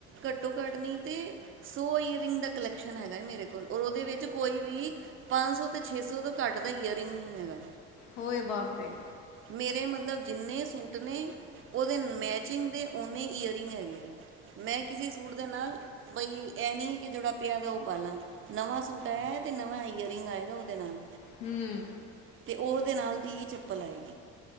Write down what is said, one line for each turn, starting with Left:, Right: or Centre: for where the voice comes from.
Right: ਘੱਟੋ ਘੱਟ ਨੀ ਤੇ ਸੋ ਈਅਰਿੰਗਂ ਦਾ ਕਲੈਕਸ਼ਨ ਹੈਗੈ ਮੇਰੇ ਕੋਲ, ਔਰ ਓਹਦੇ ਵਿੱਚ ਕੋਈ ਵੀ ਪੰਜ ਸੌ ਤੇ ਛੇ ਸੌ ਤੋ ਘੱਟ ਦਾ ਈਅਰਿੰਗ ਨੀ ਹੈਗਾ।
Left: ਹੋਏ ਬਾਪਰੇ!
Right: ਮੇਰੇ ਮਤਲਬ ਜਿੰਨੇ ਸੂਟ ਨੇ, ਓਹਦੇ ਮੈਚਿੰਗ ਦੀ ਓਨੇ ਹੀ ਈਅਰਿੰਗ ਹੈਗੇ ਐਂ। ਮੈਂ ਕਿਸੇ ਵੀ ਸੂਟ ਦੇ ਨਾਲ ਬਈ ਏਹ ਨੀ ਕੇ ਜੇਹੜਾ ਪਿਆ ਦੈ ਓਹ ਪਾ ਲਾਂ, ਨਵਾਂ ਸੂਟ ਆਇਆ ਤੇ ਨਵਾਂ ਇਅਰਿੰਗ ਆਏਗਾ ਓਹਦੇ ਨਾਲ।
Left: ਹੂਂ।
Right: ਤੇ ਓਦੇ ਨਾਲ ਦੀ ਹੀ ਚੱਪਲ ਆਏਗੀ।